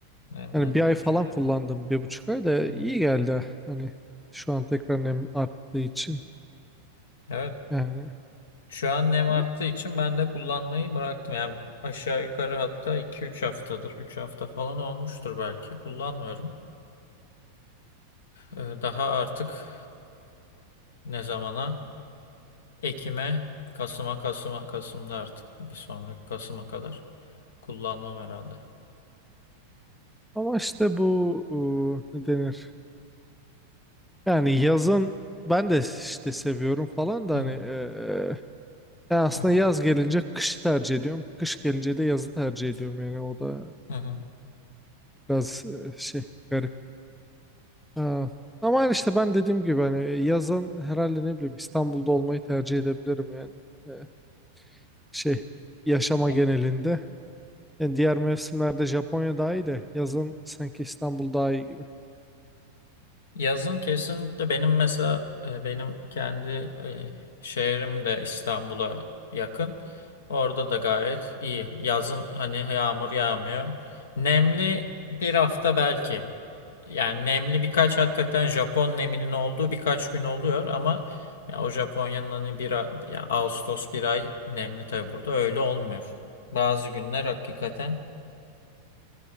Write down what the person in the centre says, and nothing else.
Hani bir ay falan
kullandım bir buçuk ay da
iyi geldi hani şu an tekrar nem arttığı için
yani.
Ama
ama işte bu ıı, ne denir? Yani yazın ben de işte seviyorum falan da
hani
e, e, Ben aslında
yaz gelince kışı tercih ediyorum. Kış gelince de yazı tercih ediyorum. Yani o da
biraz e, şey garip. Ha. Ama yani işte ben dediğim gibi hani yazın herhalde ne bileyim İstanbul'da olmayı tercih edebilirim yani. E, şey yaşama
genelinde. Yani diğer mevsimlerde Japonya daha iyi de yazın sanki İstanbul daha iyi gibi.